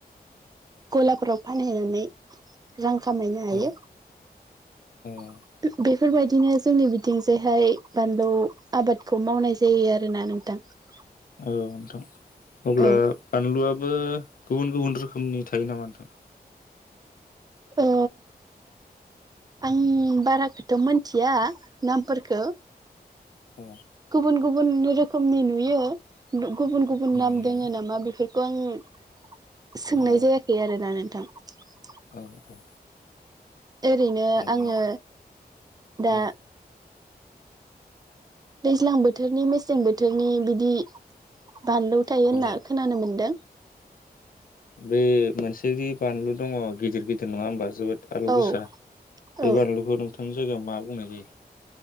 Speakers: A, on the right; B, on the left.
A: ग'लाफोराव फानहैनानै रां खामायनो हायो
B: औ औ
A: <unintelligible> बेफोरबायदिनो जोंनि बिथिंजायहाय बानलु आबादखौ मावनाय जायो आरोना नोंथां ।
B: औ नोंथां अब्ला
A: ओं
B: बानलुआबो गुबुन गुबुन रोखोमनि थायो नामा नोंथां?
A: औ आं बाराखौथ' मोन थिया नामफोरखौ
B: अ
A: गुबुन गुबुन रोखोमनि नुयो गुबुन गुबुन
B: नुयो
A: नाम दोङो
B: ना
A: नामा बेफोर <unintelligible> सोंनाय
B: औ
A: जायाखै आरो दा नोंथां <unintelligible>
B: औ औ
A: ओरैनो
B: अब्ला
A: आङो दा
B: औ
A: दैज्लां बोथोरनि मेसें बोथोरनि बिदि बानलौ थायो होनना
B: औ
A: खोनानो मोन्दों
B: बे मोनसे जि बानलु दङ गिदिर गिदिर नङा होमबा जोबोद आलु
A: औ
B: गोसा बे
A: औ
B: बानलुखौ नथ' नोंनि जायगायाव मा बुंनाय जायो?